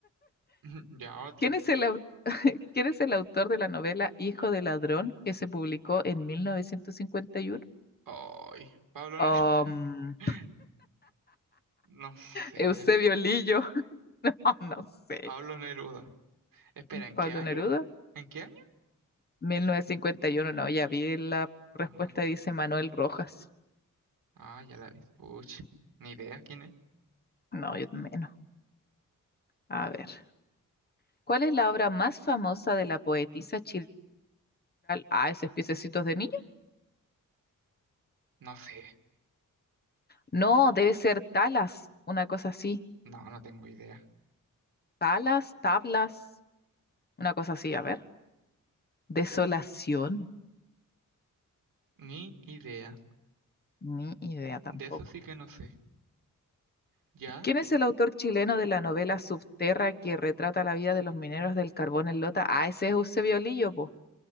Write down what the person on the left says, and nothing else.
¿Quién es el, au- <laughs> ¿Quién es el autor de la novela Hijo de Ladrón que se publicó en 1951?
Um,
Eusebio Lillo, <laughs> Oh, no sé.
Pablo
Neruda,
1951, no, ya vi la respuesta,
dice Manuel Rojas.
No, yo menos. A ver. ¿Cuál es la obra más famosa de la poetisa Chiltral? Ah, esos piececitos de niño.
No, debe ser Talas, una cosa así.
Talas, tablas, una cosa así, a ver. Desolación.
Ni idea tampoco.
¿Quién es el autor chileno de la novela Subterra que retrata la vida de los mineros del carbón en Lota? Ah, ese es Eusebio Lillo, po.